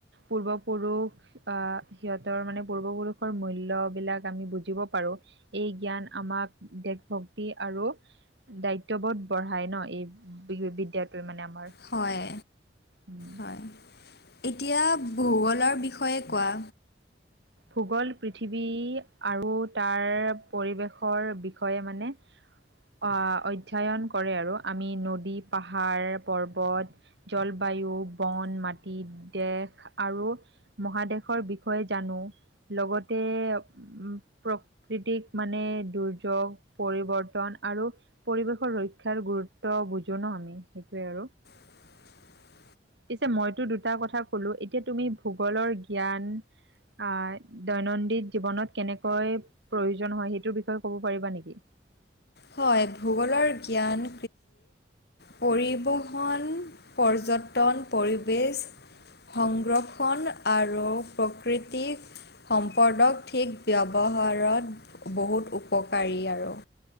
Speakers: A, on the right (about 75°); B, on the left (about 60°).
A: পূৰ্ব পুৰুষ আহ সিহঁতৰ মানে পূৰ্ব পুৰুষ। মূল্যবিলাক আমি বুজিব পাৰোঁ। এই জ্ঞান আমাক দেশ ভক্তি আৰু দায়িত্ববোধ বঢ়াই ন এই বি বিদ্যয়াতয়ে মানে আমাৰ।
B: হয়,
A: উম।
B: হয়। এতিয়া ভূগোলৰ বিষয়ে কোৱা।
A: ভূগোল পৃথিৱী আৰু তাৰ পৰিৱেশৰ বিষয়ে মানে। আ অধ্যায়ন কৰে আৰু আমি নদী পাহাৰ পৰ্বত। কেৱল বায়ু, বন, মাটি, দেশ আৰু মহাদেশৰ বিষয়ে জানো লগতে উম প্ৰকৃতিক মানে দুৰ্যোগ পৰিৱৰ্তন আৰু পৰিৱেশৰ ৰক্ষাৰ গুৰুত্ব বুজো ন আমি সেইটোৱে আৰু।
B: <unintelligible>
A: পিছে মইতো দুটা কথা কলো এতিয়া তুমি ভূগোলৰ জ্ঞান আহ দৈনন্দিন জীৱনত কেনেকৈ প্ৰয়োজন হয় সেইটোৰ বিষয়ে ক'ব পাৰিবা নেকি?
B: হয়। ভূগোলৰ জ্ঞান পৰিবহণ, পৰ্যটন, পৰিবেশ। সংৰক্ষণ আৰু প্ৰকৃতি। সম্পদক ঠিক ব্যৱহাৰত বহুত উপকাৰী আৰু।